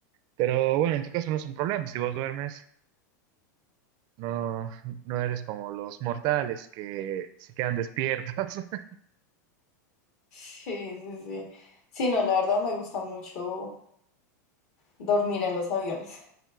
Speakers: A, on the right; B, on the left.
A: Pero bueno, en tu caso no es un problema. Si vos duermes, no, no eres como los mortales que se quedan despiertos. <laughs>
B: Sí, sí, sí. Sí, no, la verdad me gusta mucho dormir en los aviones.